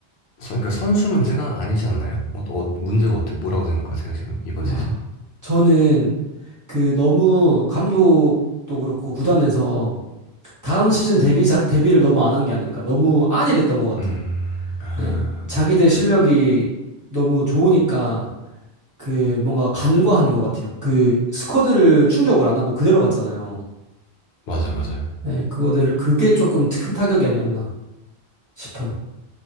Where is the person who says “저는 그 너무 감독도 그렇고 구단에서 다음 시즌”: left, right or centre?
Right